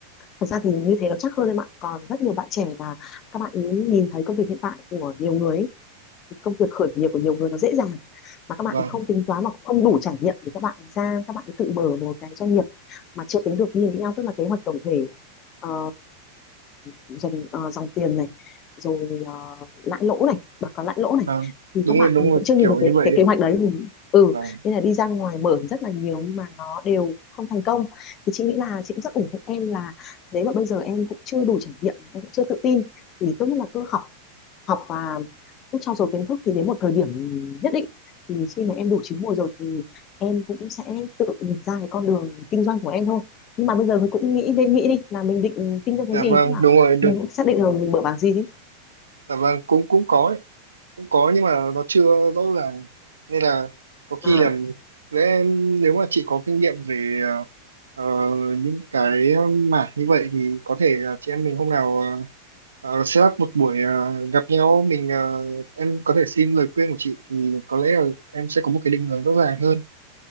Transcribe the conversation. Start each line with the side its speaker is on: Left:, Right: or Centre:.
Left: Thật ra thì như thế nó chắc hơn em ạ. Còn rất nhiều bạn trẻ là các bạn ý nhìn thấy công việc hiện tại của nhiều người ấy, công việc khởi nghiệp của nhiều người nó dễ dàng mà các
Right: vâng
Left: bạn không tính toán mà cũng không đủ trải nghiệm để các bạn ra các bạn tự mở một cái doanh nghiệp mà chưa tính được BNPL tức là kế hoạch tổng thể ờ, dòng ờ, dòng tiền này rồi ờ, lãi lỗ này báo cáo lãi lỗ này
Right: vâng
Left: thì
Right: đúng
Left: các bạn
Right: rồi đúng
Left: ừ,
Right: rồi
Left: cũng chưa nhìn
Right: kiểu
Left: được
Right: như
Left: cái
Right: vậy
Left: cái
Right: đấy
Left: kế hoạch đấy Thì- ừ
Right: vâng
Left: nên là đi ra ngoài mở rất là nhiều nhưng mà nó đều không thành công thì chị nghĩ là chị cũng rất ủng hộ em là nếu mà bây giờ em cũng chưa đủ trải nghiệm em cũng chưa tự tin thì tốt nhất là cứ học học và cứ trau dồi kiến thức thì đến một thời điểm nhất định thì khi mà em đủ chín mùi rồi thì em cũng sẽ tự nhìn ra cái con đường kinh doanh của em thôi nhưng mà bây giờ mình cũng nghĩ nên nghĩ đi là mình định kinh doanh cái
Right: dạ
Left: gì
Right: vâng
Left: tức là
Right: đúng rồi đúng
Left: mình cũng xác định là mình mở bảng gì đi
Right: dạ vâng cũng cũng có ấy. cũng có nhưng mà nó chưa rõ ràng nên là có
Left: à
Right: khi là sẽ nếu mà chị có kinh nghiệm về ờ, ờ, những cái ờ, mảng như vậy thì có thể là chị em mình hôm nào ờ, Ờ, set up một buổi ờ, gặp nhau mình ờ, em có thể xin lời khuyên của chị thì có lẽ là em sẽ có một cái định hướng rõ ràng hơn